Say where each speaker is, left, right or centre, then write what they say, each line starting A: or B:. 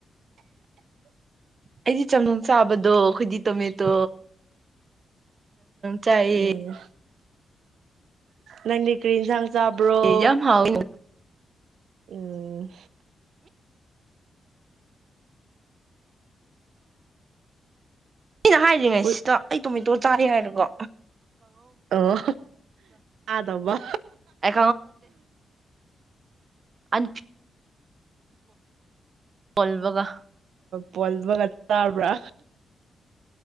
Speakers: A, on the right; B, on the right.
A: ꯑꯩꯗꯤ ꯆꯪꯅ ꯆꯥꯕꯗꯣ ꯑꯩꯈꯣꯏꯗꯤ ꯇꯣꯃꯦꯇꯣ ꯆꯥꯏꯌꯦ
B: ꯎꯝ ꯅꯪꯗꯤ ꯀꯔꯤ ꯏꯟꯁꯥꯡ ꯆꯥꯕ꯭ꯔꯣ
A: ꯍꯖ ꯌꯥꯝ ꯍꯥꯎ
B: ꯎꯝ
A: ꯑꯩꯅ ꯍꯥꯏꯔꯤꯉꯩ
B: ꯎꯠ
A: ꯁꯤꯗ ꯑꯩ ꯇꯣꯃꯦꯇꯣ ꯀꯔ ꯍꯥꯏꯔꯀꯣ
B: ꯑꯣ ꯑꯗꯝꯕ
A: ꯑꯦ ꯑ ꯍꯣꯜꯕꯒ
B: ꯄꯣꯜꯕꯒ ꯆꯥꯎꯥꯎ